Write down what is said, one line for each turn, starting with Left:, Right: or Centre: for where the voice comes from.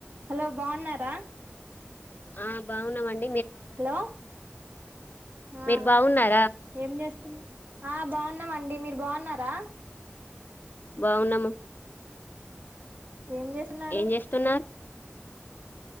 Right: హలో బాగున్నారా
Left: ఆ బాగున్నామన్
Right: హలో హా
Left: మీరు
Right: అ
Left: బాగున్నారా
Right: ఏం చేస్ ఆ బాగున్నామండి మీరు బాగున్నారా
Left: బాగున్నాము
Right: ఏం చేసిన్నారు
Left: ఏం చేస్తున్నారు